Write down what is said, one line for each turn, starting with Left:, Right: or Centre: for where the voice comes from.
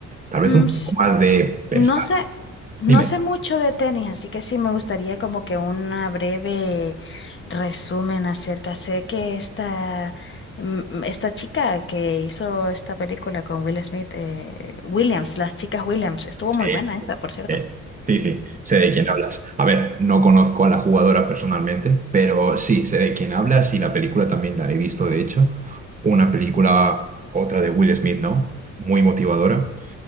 Right: tal vez
Left: Mm,
Right: un poco
Left: s-
Right: más de pensar.
Left: no sé, no
Right: Dime.
Left: sé mucho de tenis, así que sí me gustaría como que una breve resumen acerca. Sé que esta, mm, mm, esta chica que hizo esta película con Will Smith, eh, Williams, las chicas Williams, estuvo
Right: Sí,
Left: muy buena
Right: sí,
Left: esa, por cierto.
Right: Eh, sí, sí, sé de quién hablas. A ver, no conozco a la jugadora personalmente, pero sí, sé de quién hablas y la película también la he visto, de hecho. Una película, otra de Will Smith, ¿no? Muy motivadora.